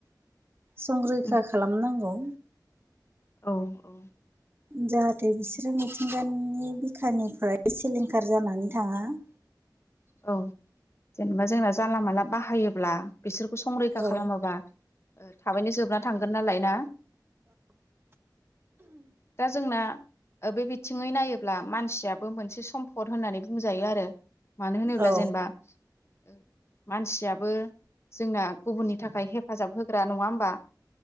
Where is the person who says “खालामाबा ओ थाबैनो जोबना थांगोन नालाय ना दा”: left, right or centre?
Left